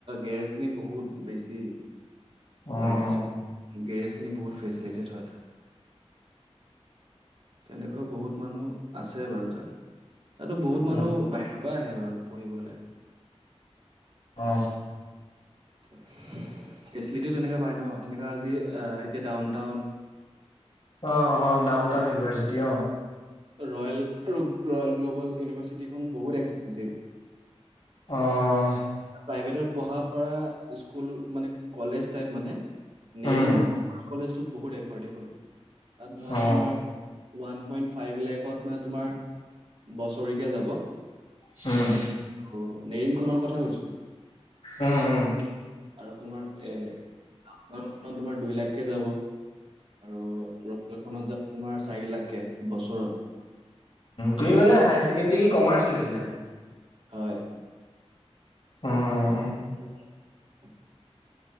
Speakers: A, on the right; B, on the left.
A: গেৰেজ খিনি বহুত বেছি।
B: অ
A: বাইকাৰ্ছ
B: অ।
A: গেৰেজখিনি বহুত ফেচিলিটেড হয় তাত। তেনেকুৱা বহুত মানুহ আছে বাৰু তাত। তাতো বহুত
B: অ
A: মানুহ বাহিৰত পা আহে বাৰু পঢ়িবলে।
B: অ।
A: <unintelligible> ফেচিলিটি তেনেকুৱা পাই ন তেনেকা আজি এতিয়া ডাউনটাউন
B: অ অ ডাউন টাউন ইউনিভাৰ্চিটি অ।
A: ৰয়েল ৰয়েল গ্ল'বল ইউনিভাৰ্চিটিখন বহুত এক্সপেঞ্চিভ।
B: অঅ
A: প্ৰাইভেটত পঢ়া পৰা স্কুল মানে কলেজ টাইপ মানে নেৰিম
B: উম
A: কমাৰ্চ কলেজ টো বহুত এফৰ্ডেবল। তাত ধৰা
B: অ
A: তোমাৰ ওৱান পইণ্ট ফাইভ লেখত মানে তোমাৰ বছৰিকীয়া যাব।
B: হম।
A: আৰু নেৰিমখনৰ কথা কৈছোঁ। <unintelligible>
B: উম উম
A: আৰু তোমাৰ এ <inaudible> খত তোমাৰ দুই লাখকে যাব, আৰু ৰয়েলখনত যাব তোমাৰ চাৰি লাখকে, বছৰত।
B: তুমি মানে হায়াৰ ছেকেণ্ডৰী কমাৰ্চ লৈছিলা?
A: হয়।
B: উম।
A: <unintelligible>